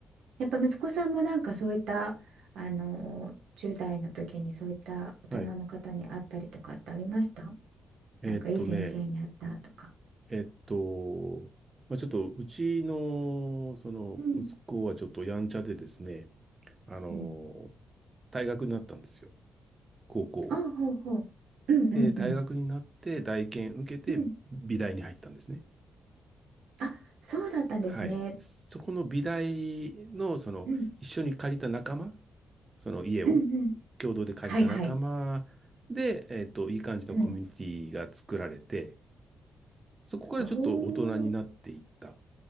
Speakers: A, on the right; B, on the right.
A: やっぱ息子さんもなんかそういったあの10代の時にそういった大人の方に会ったりとかってありました
B: はい。えーっとね、
A: なんかいい先生に会ったとか。
B: えーっと、まあ、ちょっと、うちの、その、
A: うん
B: 息子はちょっとやんちゃでですね、あの、
A: うん。
B: 退学になったんですよ。高校を。
A: あ、ほうほう。うんうんうん。
B: で、大学になって、大検受けて、
A: うん
B: 美大に入ったんですね。
A: あ、そうだったんですね。
B: はい。そこの美大の、その、
A: うん
B: 一緒に借りた仲間、その家を、
A: うんうん。
B: 共同で借りた仲間で、
A: はいはい。
B: えっと、いい感じのコミュニティが作られて、
A: うん。
B: そこからちょっと大人になっていったっ
A: おお。